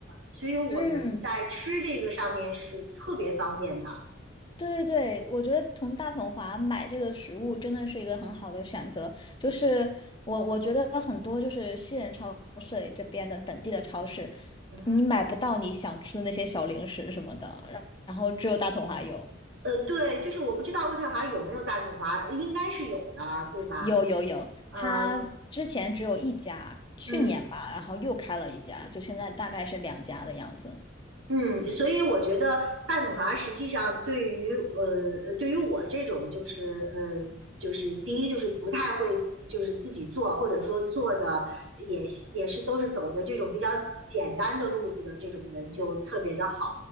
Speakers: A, on the right (about 75°); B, on the left (about 25°).
A: 所以我们在吃这个上面是特别方便的。
B: 嗯，对对对，我觉得从大统华买这个食物真的是一个很好的选择。就是我我觉得很多就是西人超市里这边的本地的超市，
A: 嗯哼，
B: 你买不到你想吃的那些小零食什么的，然然后只有大统华有。
A: 呃，对，就是我不知道渥太华有没有大统华，应该是有的，对吧？
B: 有有有，
A: 呃，
B: 他之前只有一家，去年吧，
A: 嗯。
B: 然后又开了一家，就现在大概是两家的样子。
A: 嗯，所以我觉得大统华实际上对于呃，对于我这种就是呃，就是第一就是不太会就是自己做，或者说做的也也是都是走的这种比较简单的路子的这种人就特别的好。